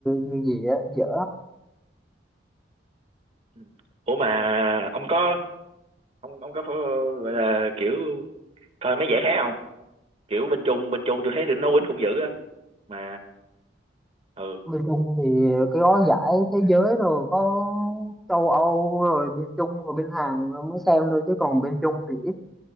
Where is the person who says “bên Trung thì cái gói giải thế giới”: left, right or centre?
Centre